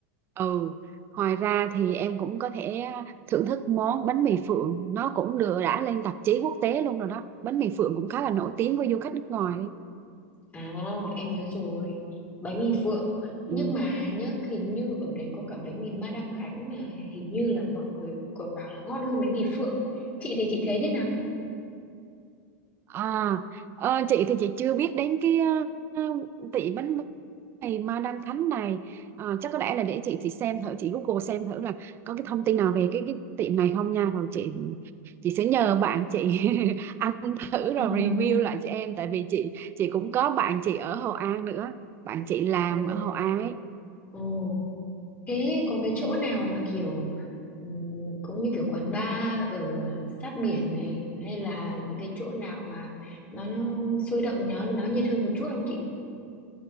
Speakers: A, on the right; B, on the left.
A: Ừ, ngoài ra thì em cũng có thể thưởng thức món bánh mì Phượng, nó cũng được đã lên tạp chí quốc tế luôn rồi đó. Bánh mì Phượng cũng khá là nổi tiếng với du khách nước ngoài.
B: à em nhớ rồi bánh mì Phượng
A: Ừ.
B: nhưng mà nhá hình như ở đấy có cả bánh mì Madame Khánh mà hình như là mọi người còn bảo là ngon hơn bánh mì Phượng chị thì chị thấy thế nào
A: À, ờ, chị thì chị chưa biết đến cái uh, tỷ bánh này Madam Thánh này Ờ, chắc có lẽ là để chị chị xem thử chị Google xem thử là có cái thông tin nào về cái cái tiệm này không nha rồi chị chị sẽ nhờ bạn chị <laughs> ăn thử rồi
B: <laughs>
A: review lại cho em tại vì chị chị cũng có bạn chị ở Hội An nữa bạn chị làm
B: Ồ,
A: ở Hội An ấy
B: ồ, thế có cái chỗ nào mà kiểu ừm, cũng như kiểu quán bar ở sát biển này hay là những cái chỗ nào mà nó nó sôi động nó nó nhiệt hơn một chút không chị?